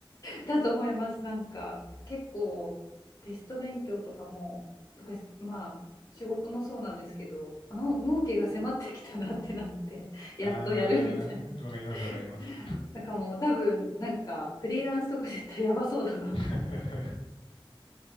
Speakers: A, on the left; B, on the left.
A: だと思います。なんか結構テスト勉強とかも、とかまあ仕事もそうなんですけど、あの納期が迫ってきたなってなって <laughs>、やっとやるみたいな。
B: あー、わかります、
A: <laughs>
B: わかります。
A: だからもう多分なんかフリーランスとか絶対やばそうだなと思って。
B: <laughs>